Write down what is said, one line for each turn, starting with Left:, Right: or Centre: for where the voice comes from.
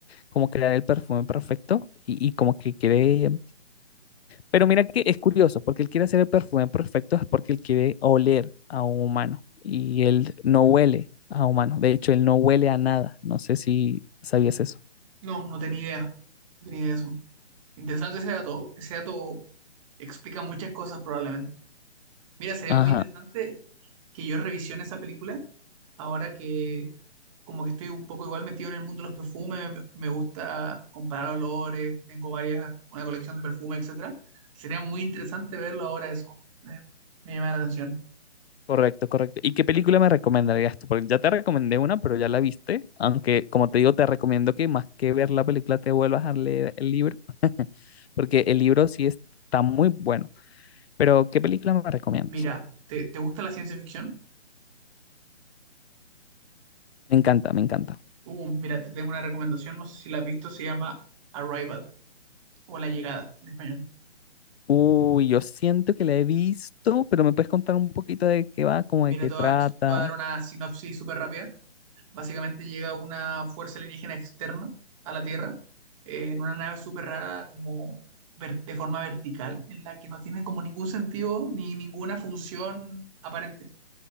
Left: como crear el perfume perfecto y, y como que quiere pero mira que es curioso, porque él quiere hacer el perfume perfecto es porque él quiere oler a un humano y él no huele a humano. De hecho, él no huele a nada. No sé si sabías eso.
Right: No, no tenía idea. No tenía idea de eso. Interesante ese dato. Ese dato explica muchas cosas probablemente. Mira, sería
Left: Ajá,
Right: muy interesante que yo revisione esa película ahora que como que estoy un poco igual metido en el mundo de los perfumes, me me gusta comparar olores, tengo varias, una colección de perfumes, etcétera. Sería muy interesante verlo ahora eso. Me, me llama la atención.
Left: correcto, correcto. ¿Y qué película me recomendarías tú? Porque ya te recomendé una, pero ya la viste. Aunque, como te digo, te recomiendo que más que ver la película te vuelvas a leer el libro, <laughs> porque el libro sí está muy bueno. Pero, ¿qué película me recomiendas?
Right: Mira, ¿te, te gusta la ciencia ficción?
Left: Me encanta, me encanta.
Right: Uh, mira, te tengo una recomendación, no sé si la has visto, se llama Arrival o La Llegada en español.
Left: Uy, yo siento que la he visto, pero me puedes contar un poquito de qué va, como
Right: Mira,
Left: de qué
Right: te
Left: trata.
Right: voy a te voy a dar una sinopsis súper rápida. Básicamente llega una fuerza alienígena externa a la Tierra eh, en una nave súper rara, como ver- de forma vertical, en la que no tiene como ningún sentido ni ninguna función aparente.